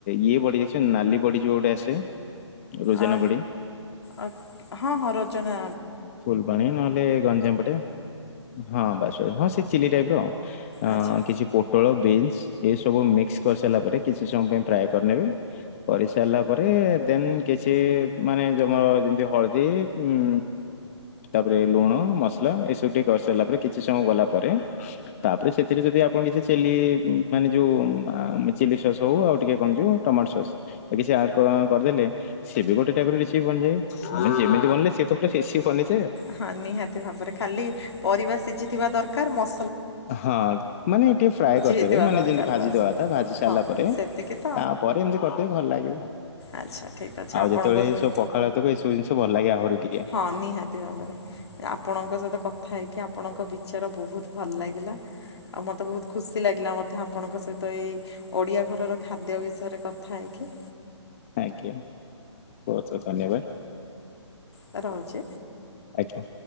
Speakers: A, on the left (about 30°); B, on the left (about 60°).
A: ଇଏ ବଡ଼ି ଦେଖିଛନ୍ତି ନାଲି ବଡ଼ି ଯୋଉ ଗୋଟେ ଆସେ ରୋଜାନା
B: ଆ
A: ବଡି।
B: ଅ ହଁ ହଁ ରୋଜାନା
A: ଫୁଲବାଣି ନହେଲେ ଗଞ୍ଜାମ ପଟେ ହଁ ବାସ ବାସ୍ ହଁ ସେ ଚିଲ୍ଲି ଟାଇପ୍ ର ଅ
B: ଆଚ୍ଛା
A: କିଛି ପୋଟଳ ବିନ୍ ଏଇସବୁ ମିକ୍ସ କରିସାରିଲା ପରେ କିଛି ସମୟ ପାଇଁ ଫ୍ରାଏ କରିନେବେ କରିସାରିଲା ପରେ ଦେନ୍ କିଛି ମାନେ ତମର ଯେମିତି ହଳଦୀ ଉଁ ତାପରେ ଲୁଣ ମସଲା ଏସବୁ ଟିକେ କଷ୍ ସାରିଲା ପରେ କିଛି ସମୟ ଗଲା ପରେ ତାପରେ ସେଥିରେ ଯଦି ଆପଣ କିଛି ଚିଲ୍ଲି ମାନେ ଯୋଉ ଆ ଚିଲ୍ଲୀ ସସ୍ ହଉ ଆଉ ଟିକେ କଣ ଯିବ ଟମାଟୋ ସସ୍ କିଛି ଆଡ୍ କ କରିଦେଲେ ସେ ବି ଗୋଟେ ଟାଇପ୍ ର ରେସିପି ବନିଯାଏ ଆପଣ ଯେମିତି ବନିଲଲେ ସିଏ ତ ଗୋଟେ ରେସିପ ବନି ଯାଏ ଆଉ।
B: ହଁ ନିହାତି ଭାବରେ ଖାଲି ପରିବା ସିଝିଥିବା ଦରକାର ମ-
A: ହଁ ମାନେ ଟିକେ ଫ୍ରାଏ କରିଦେବେ
B: ହେଇଥିବା
A: ମାନେ
B: ଦରକାର
A: ଯେମତି ଭାଜିଦବା
B: ବାସ୍
A: କଥା ଭାଜି ସାରିଲା
B: ହଁ
A: ପରେ
B: ସେତିକି ତ
A: ତାପରେ ଏମିତି କରିଦେବେ ଭଲ ଲାଗିବ।
B: ଆଚ୍ଛା ଠିକ୍ ଅଛି
A: ଆଉ
B: ଆପଣଙ୍କ
A: ଯେତେବେଳେ
B: ସହିତ
A: ଏଇ ସବୁ ପଖାଳ ଭାତକୁ ଏଇ ସବୁ ଜିନିଷ ଭଲ ଲାଗେ ଆହୁରି ଟିକେ।
B: ହଁ ନିହାତି ଭାବରେ ଆପଣଙ୍କ ସହିତ କଥା ହେଇକି ଆପଣଙ୍କ ବିଚାର ବହୁତ ବହୁତ ଭଲ ଲାଗିଲା ଆଉ ମତେ ବହୁତ ଖୁସି ଲାଗିଲା ମଧ୍ୟ ଆପଣଙ୍କ ସହିତ ଏଇ ଓଡ଼ିଆ ଘରର ଖାଦ୍ୟ ବିଷୟରେ କଥା ହେଇକି
A: ଆଜ୍ଞା। ବହୁତ୍ ବହୁତ୍ ଧନ୍ୟବାଦ।
B: ହଁ ରହୁଛି।
A: ଆଜ୍ଞା।